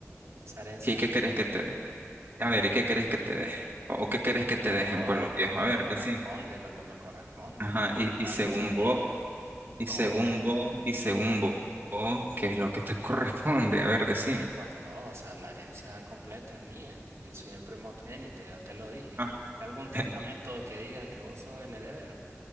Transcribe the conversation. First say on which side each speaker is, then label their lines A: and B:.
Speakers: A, on the right; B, on the right.
A: Esa herencia
B: ¿Y qué
A: es
B: querés
A: mía.
B: que te dé? A ver, ¿y qué querés que te dé? ¿O o qué querés
A: Mi-
B: que te
A: no,
B: dejen, pues,
A: a
B: los
A: lo
B: viejos?
A: que me
B: A ver,
A: corresponde,
B: decir.
A: lo que me corresponde.
B: Ajá, y,
A: La
B: y según
A: herencia es mía,
B: vos. Y
A: todo.
B: según vos, y según vo- vos, ¿qué es lo que te <laughs> corresponde? A ver, decime.
A: Y pues todo, o sea, la herencia completa es mía. Yo soy el primogénito, ya te lo dije.
B: Ah.
A: ¿Hay algún testamento
B: <laughs>
A: que diga que vos sos el heredero?